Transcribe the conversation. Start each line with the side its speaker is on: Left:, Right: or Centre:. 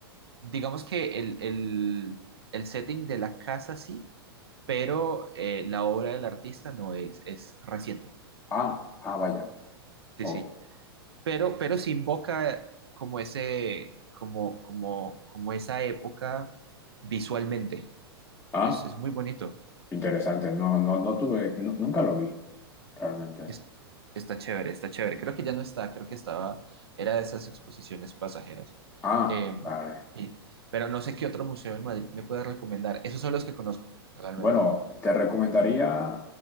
Right: digamos que el, el- el setting de la casa sí, pero eh, la obra del artista no es, es reciente.
Left: Ah, ah, vaya.
Right: Sí,
Left: Ok.
Right: sí. pero, pero sí invoca como ese, como, como, como esa época visualmente.
Left: Ah,
Right: Es, es muy bonito.
Left: interesante. No, no, no tuve, nu- nunca lo vi realmente.
Right: Es- está chévere, está chévere. Creo que ya no está, creo que estaba, era de esas exposiciones pasajeras.
Left: Ah,
Right: Eh,
Left: vale.
Right: sí. Pero no sé qué otro museo en Madrid me puede recomendar. Esos son los que conozco, realmente.
Left: Bueno, te recomendaría,